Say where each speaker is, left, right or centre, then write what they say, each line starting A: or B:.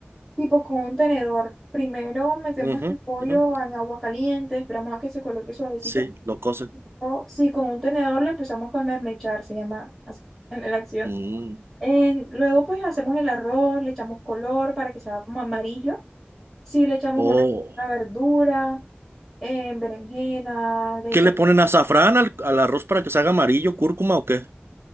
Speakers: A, in the centre; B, on the right (about 70°).
A: Tipo con un tenedor. Primero metemos
B: Ujú,
A: el pollo
B: ujú.
A: en agua caliente, esperamos a que se coloque suavecito.
B: Sí, lo cocen.
A: O si con un tenedor lo empezamos a desmechar, se llama así en la acción.
B: Mm.
A: En- luego pues hacemos el arroz, le echamos color para que se haga como amarillo. Si le echamos
B: Oh.
A: una, una verdura, eh, berenjena, le
B: ¿Qué
A: echamos...
B: le ponen azafrán al, al arroz para que se haga amarillo, cúrcuma o qué?